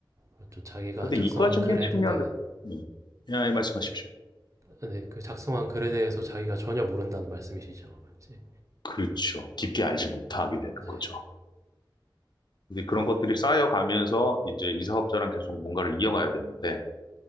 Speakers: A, on the right (about 35°); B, on the left (about 60°).
A: 그렇죠. 자기가
B: 근데
A: 작성한
B: 이과적인
A: 글에
B: 측면에
A: 네, 네.
B: 음, 네, 예, 말씀하십시오.
A: 네, 그 작성한 글에 대해서 자기가 전혀 모른다는 말씀이시죠. 그치?
B: 그렇죠. 깊게 알지 못하게 되는
A: 네,
B: 거죠. 이제 그런 것들이 쌓여가면서 이제 이 사업자랑 계속 뭔가를 이어가야 되는데,